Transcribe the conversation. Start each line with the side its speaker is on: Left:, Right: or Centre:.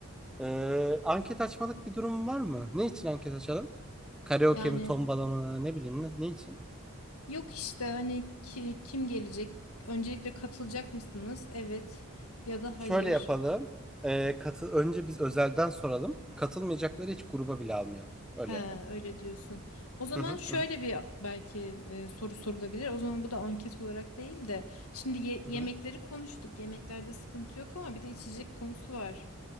Centre: E, anket açmalık bir durum var mı? Ne için anket açalım? Karaoke
Left: Yani
Centre: mi, tombala mı, ne bileyim ne, ne için?
Left: yok işte hani ki- kim gelecek? Öncelikle katılacak mısınız? Evet ya da hayır.
Centre: Şöyle yapalım. Ee, katı önce biz özelden soralım. Katılmayacakları hiç gruba bile almayalım. Öyle
Left: He,
Centre: yapalım.
Left: öyle diyorsun. O zaman
Centre: Hı hı
Left: şöyle
Centre: hı hı.
Left: bir belki e, soru sorulabilir. O zaman bu da anket olarak değil de şimdi ye-
Centre: hı
Left: yemekleri
Centre: hı.
Left: konuştuk. Yemeklerde sıkıntı yok ama bir de içecek konusu var.